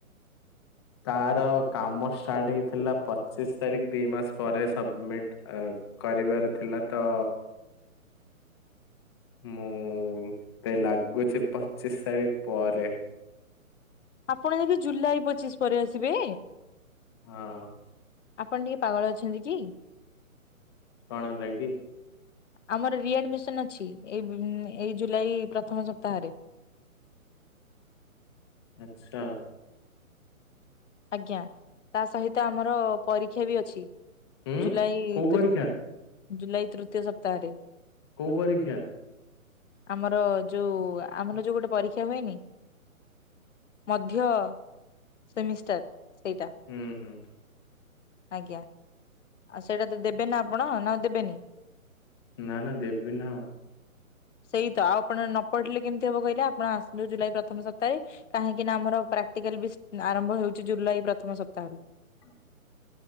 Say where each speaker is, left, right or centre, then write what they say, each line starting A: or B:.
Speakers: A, on the left; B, on the left.
A: ତାର କାମ ଷ୍ଟାର୍ଟ ହେଇଥିଲା ପଚିଶ ତାରିଖ ଦି ମାସ ପରେ ସବମିଟ୍ ଅ। କରିବାର ଥିଲା ତ ମୁଁ ତ ଲାଗୁଛି ପଚିଶ ତାରିଖ ପରେ।
B: ଆପଣ ଯଦି ଜୁଲାଇ ପଚିଶ ପରେ ଆସିବେ?
A: ହଁ।
B: ଆପଣ ଟିକେ ପାଗଳ ଅଛନ୍ତି କି?
A: କଣ ହେଲା କି?
B: ଆମର ରିଡମିସନ ଅଛି ଏ ଏଇ ଜୁଲାଇ ପ୍ରଥମ ସପ୍ତାହରେ।
A: ଆଚ୍ଛା।
B: ଆଜ୍ଞା ତା ସହିତ ଆମର ପରୀକ୍ଷା ବି ଅଛି।
A: ହୁଁ
B: ଜୁଲାଇ
A: କୋଉ ପରୀକ୍ଷା
B: ତୃ ଜୁଲାଇ ତୃତୀୟ ସପ୍ତାହରେ।
A: କୋଉ ପରୀକ୍ଷା?
B: ଆମର ଯୋଉ ଆମର ଯୋଉ ଗୋଟେ ପରୀକ୍ଷା ହୁଏନି ମଧ୍ୟ ସେମିଷ୍ଟାର। ସେଇଟା
A: ହୁଁ ହୁଁ।
B: ଆଜ୍ଞା ଆଉ ସେଇଟା ତ ଦେବେ ନା ଆପଣ ନା ଦେବେନି?
A: ନା ନା ଦେବି ନା ଆଉ।
B: ସେଇ ତ ଆଉ ଆପଣ ନ ପଢିଲେ କେମିତି ହବ କହିଲେ ଆପଣ ଆସିଲୁ ଜୁଲାଇ ପ୍ରଥମ ସପ୍ତାହରେ କାହିଁକି ନା ଆମର ପ୍ରାକଟି ପ୍ରାକ୍ଟିକାଲ ଆରମ୍ଭ ହେଉଛି ଜୁଲାଇ ପ୍ରଥମ ସପ୍ତାହରୁ।
A: ହଁ